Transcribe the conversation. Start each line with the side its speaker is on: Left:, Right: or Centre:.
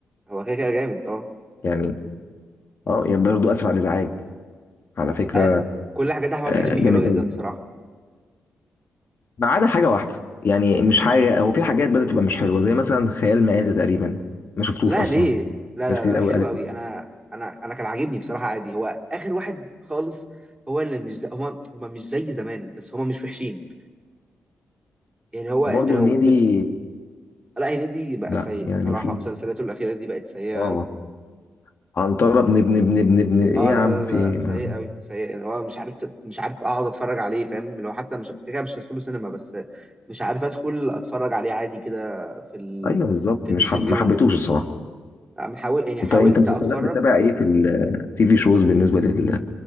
Right: هو كده كده جامد اه
Left: يعني أه يعني برضه آسف على الإزعاج على فكرة
Right: آه، كل حاجات احمد
Left: آه،
Right: حلمي حلوه
Left: جامد
Right: جدا
Left: أوي
Right: بصراحه
Left: ما عدا حاجه واحده يعني مش حاجه هو في حاجات بدات تبقى مش حلوه زي مثلا خيال مآتة تقريبا ما شفتوش
Right: لا
Left: اصلا
Right: ليه لا
Left: ناس
Right: لا
Left: كتير
Right: لا
Left: قوي
Right: حلو
Left: قالت
Right: قوي
Left: لي
Right: انا انا انا كان عاجبني بصراحه عادي هو اخر واحد خالص هو اللي مش زي هما هما مش زي زمان بس هما مش وحشين يعني هو
Left: برضه
Right: انت لو
Left: هنيدي
Right: بت... لا هنيدي بقى
Left: لا
Right: سيء
Left: يعني
Right: بصراحه
Left: في
Right: مسلسلاته الاخيره دي بقت سيئه
Left: اه عنترة ابن ابن ابن ابن ابن ايه
Right: اه
Left: يا
Right: لا
Left: عم
Right: لا
Left: في
Right: لا
Left: إيه؟
Right: لا،
Left: ما...
Right: سيء قوي سيء اللي هو مش عارف مش عارف اقعد اتفرج عليه فاهم اللي هو حتى مش كده كده مش هدخله سينما بس مش عارف ادخل اتفرج عليه عادي كده في ال...
Left: ايوه بالظبط
Right: في التلفزيون
Left: مش حب... ما حبيتوش الصراحه
Right: لا، من حاول يعني حاولت
Left: انت انت مسلسلات
Right: اتفرج
Left: بتتابع ايه في التي في شوز بالنسبه لل